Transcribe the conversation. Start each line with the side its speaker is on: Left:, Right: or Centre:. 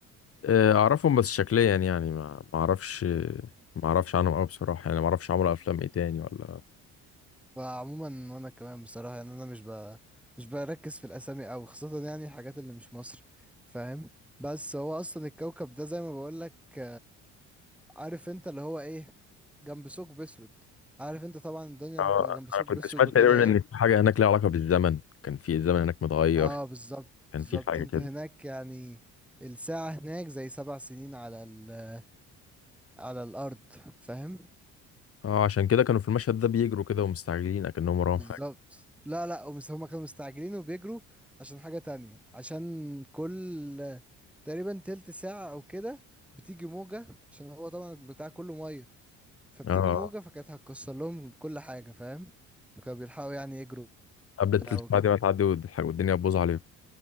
Left: آه، اعرفهم بس شكليا يعني ما ما اعرفش ما اعرفش عنهم قوي بصراحه يعني ما اعرفش عملوا افلام ايه تاني ولا
Centre: فعموما وانا كمان بصراحه يعني انا مش ب... مش بركز في الاسامي قوي خاصه يعني الحاجات اللي مش مصري فاهم بس هو اصلا الكوكب ده زي ما بقول لك عارف انت اللي هو ايه جنب ثقب اسود عارف انت طبعا الدنيا
Left: اه
Centre: لما بتبقى جنب ثقب
Left: انا كنت
Centre: اسود
Left: سمعت
Centre: وكده
Left: تقريبا
Centre: ايه
Left: ان في حاجه هناك ليها علاقه بالزمن كان في الزمن هناك متغير
Centre: اه بالظبط
Left: كان
Centre: بالظبط
Left: في حاجه
Centre: انت
Left: كده
Centre: هناك يعني الساعه هناك زي سبع سنين على ال... على الارض فاهم
Left: اه عشان كده كانوا في المشهد ده بيجروا كده ومستعجلين اكنهم وراهم
Centre: بالظبط
Left: حاجه
Centre: لا لا ومس- هما كانوا مستعجلين وبيجروا عشان حاجة تانية عشان كل تقريبا تلت ساعة أو كده بتيجي موجة عشان هو طبعا بتاع كله مية فبتيجي
Left: اه
Centre: موجة فكانت هتكسر لهم كل حاجة فاهم فكانوا بيلحقوا يعني يجروا
Left: قبل
Centre: وبتاع
Left: التلت
Centre: وكده
Left: ساعه دي ما تعدي والح- والدنيا تبوظ عليهم